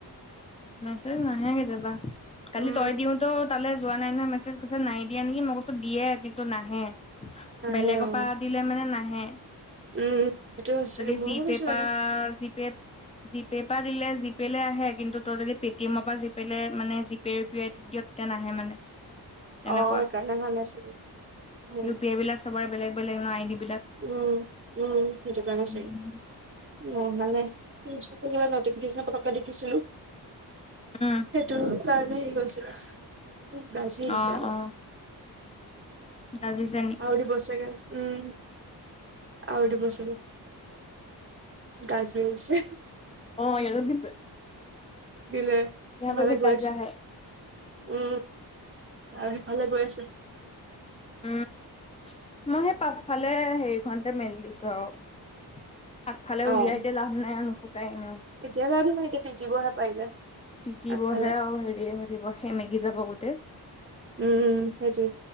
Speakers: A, on the left (about 15°); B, on the right (about 30°).
A: মেছেজ নাহে কেতিয়াবা। কালি
B: উম
A: তই দিওঁতেও তালে যোৱা নাই নহয় মেছেজ কৈছে নাই য়া নেকি মই কৈছোঁ দিয়ে কিন্তু নাহে।
B: নাহে
A: বেলেগৰ
B: অ
A: পা দিলে মানে নাহে।
B: উম সেইটো সঁচাকে
A: যদি
B: ময়ো
A: জি
B: ভাবিছো
A: পে পা
B: চাগে
A: জি পে জি পে পা দিলে জিপেলে আহে কিন্তু তই যদি পেটিএমৰ পা জিপেলে মানে জি পে ইউ পি আইটোত দিয় তেতিয়া নাহে মানে। তেনেকুৱা
B: অ', সেইকাৰণে অহা নাই চাগে, উম।
A: ইউ পি আই বিলাক চবৰে বেলেগ বেলেগ ন আইডিবিলাক।
B: উম উম, সেইটো কাৰণে
A: উম
B: চাগে। অহা নাই, কি বস্তু? কিবা, নতিফিকেচন পতককে দেখিছিলো।
A: উম!
B: সেইটো কাৰণে হেৰি হৈছিলে! উ গাজী আহিছে
A: অ
B: আকৌ।
A: অ গাজিছে নি?
B: আৰু দিব চাগে। উম! আৰু দিব চাগে! গাজি আছে।
A: অ, ইয়াতো দিছে।
B: দিলে
A: য়াহা
B: সেইফালে
A: পে ভি
B: গৈ
A: গাজা
B: আছে
A: হে।
B: উম! আৰু সিফালে গৈ আছে
A: উম! মই সেই পাছফালে হেৰিখনতে মেলি দিছো আৰু। আগফালে উলিয়াই
B: অ
A: এতিয়া লাভ নাই, নুশুকাই এনেও।
B: এতিয়া লাভ নাই! এতিয়া তিতিবহে পাৰিলে।
A: তিতিবহে
B: আগফালে
A: আৰু হেৰিয়ে হৈ থাকিব সেমেকি যাব গোটেই।
B: উম সেইটোৱে